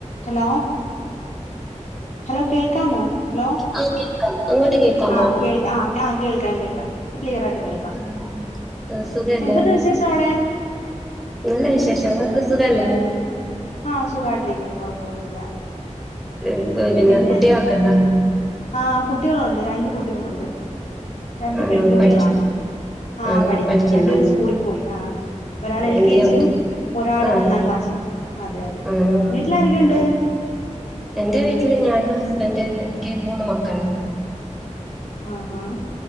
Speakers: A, on the left; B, in the centre.
A: Hello hello കേൾക്കാമോ hello
B: ആയിക്കെക്ക അങ്ങോട്ട് കേക്കാ
A: ആഹ്
B: പോോ
A: കേൾ ആഹ് കേൾക്കാം കേൾക്കാം ക്ലിയർ ആയിട്ട് കേൾക്കാം
B: ഉം. ആ, സുഖല്ലേ
A: എന്തുണ്ട് വിശേഷം അവിടെ
B: നല്ല വിശേഷം നിക്ക് സുഖല്ലേ
A: ആ അ സുഖായിട്ടിരിക്കുന്നു കൊഴപ്പൊന്നുമല്ല
B: ഏ, കു-
A: പിന്നെ
B: കുട്ടികളൊക്കെ എന്താ
A: ആ കുട്ടികളുണ്ട് രണ്ട് കുട്ടികളുണ്ട് <inaudible> <unintelligible> രണ്ട
B: ആണോ
A: പെൺകുട്ടികളാണ്
B: പഠിക്ക
A: ആഹ
B: ആണോ
A: പഠിക്കുന്നത്
B: പഠിക്കുന്ന
A: രണ്ടു പേര സ്കൂളിൽ പോയി ആ ഒരാൾ
B: ആ,
A: എൽ
B: എന്തിനാ
A: കെ ജയിലും ഒരാള്
B: ആ
A: ഒന്നാം ക്ലാസ്സിലും അതെ അതെ
B: ആണോ
A: വീട്ടില ആാരൊക്കെയുണ്ട്
B: ആ. എന്റെ വീട്ടില് ഞാനും ഹസ്ബന്ഡ എനിക്ക് മൂന്ന് മക്കള
A: ആഹ് ഹഹ